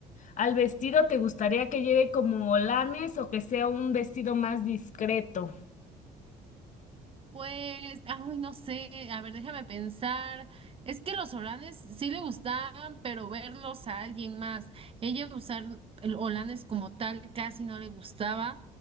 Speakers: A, on the left; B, on the right.
A: ¿Al vestido te gustaría que lleve como lanes o que sea un vestido más discreto?
B: Pues, ay, no sé, a ver, déjame pensar. Es que los holanes sí le gustaban, pero verlos a alguien más. Ella usar el holanes como tal casi no le gustaba.